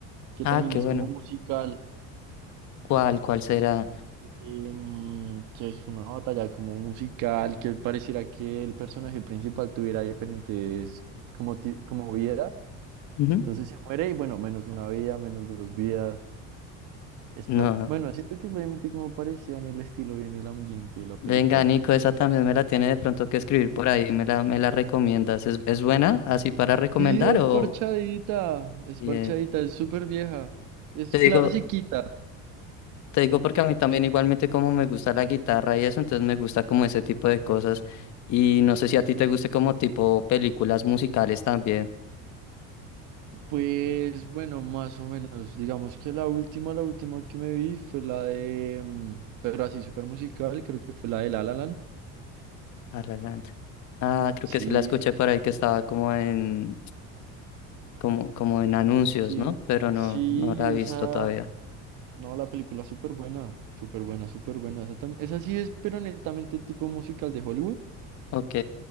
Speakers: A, on the right; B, on the left.
A: que
B: Ah,
A: también
B: qué
A: es
B: bueno.
A: como musical,
B: ¿Cuál, cuál será?
A: em, que es una batalla como musical, que pareciera que el personaje principal tuviera diferentes como, ti- como vidas.
B: Ujú.
A: Entonces se muere y bueno, menos una vida, menos dos vidas. Es
B: No.
A: par- bueno, siento que es obviamente como parecía en el estilo y en el ambiente de la película.
B: Venga, Nico, esa también me la tiene de pronto que escribir por ahí, me la, me la recomiendas. ¿Es, es buena así para recomendar
A: Sí, es
B: o
A: parchadita, es
B: bien?
A: parchadita, es súper vieja, es
B: Te
A: clasiquita.
B: digo, te digo porque a mí también igualmente como me gusta la guitarra y eso, entonces me gusta como ese tipo de cosas. Y no sé si a ti te guste como tipo películas musicales también.
A: Pues bueno, más o menos. Digamos que la última, la última que me vi fue la de, mm, pero así súper musical, creo que fue la de La La Land.
B: Ah, La Land. Ah, creo
A: Sí,
B: que sí la escuché por ahí que estaba como en, como, como en anuncios,
A: que,
B: ¿no? Pero no,
A: sí,
B: no la
A: esa,
B: he visto todavía.
A: no, la película es súper buena, súper buena, súper buena. Esa, tam- esa sí es, pero netamente tipo musical de Hollywood.
B: Ok.